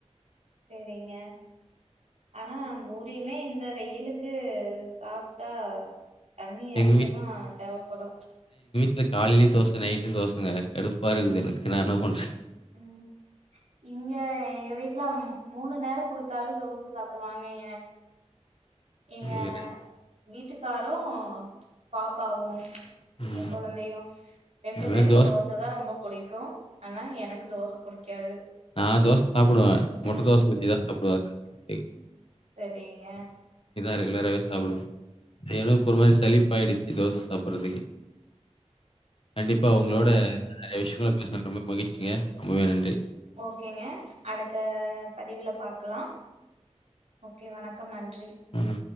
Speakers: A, on the right; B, on the left.
A: சேரிங்க ஆனா பூரியுமே இந்த வெயிலுக்கு சாப்டா தண்ணி
B: எங்க
A: அதிகமா தேவைப்படும்
B: இல காலயிலும் தோசை நைட்டும் தோசைங்க கடுப்பாருக்குது எனக்கு நாஎன்ன பண்ற
A: உம் இங்க எங்க வீட்ல மூணு நேரோ குடுத் தாலும் தோச சாப்டுவாங்க ஏ எங்க
B: இது
A: வீட்டுக் வீட்டுக்காரூ பாப்பாவும்
B: ம்.
A: எங்கொழந்தையும் ரெண்டு
B: அதுமாரி
A: பேருக்கு
B: தோசை
A: தோசதா ரொம்ப புளிக்கும் ஆனா எனக் தோச புடிக்காது
B: நா தோச சாப்டுவே
A: வேற
B: முட்ட தோச ஊத்திதா சாப்டுவ இக்
A: செரிங்க
B: ரெகுலராவே சாப்டுவ <unintelligible> ஒரு மாரி சலிப்பாய்டுச்சு தோச சாப்றதுக் கண்டிப்பா உங்களோட
A: ஆ
B: நெறய விஷயங்கள பேசினதுக்கு ரொம்ப மகிழ்ச்சிங்க ரொம்பவே நன்றி
A: ஓகேங்க அடுத்த பதிவுல பாக்கலா ஓகே வணக்கம் நன் றி
B: ம்.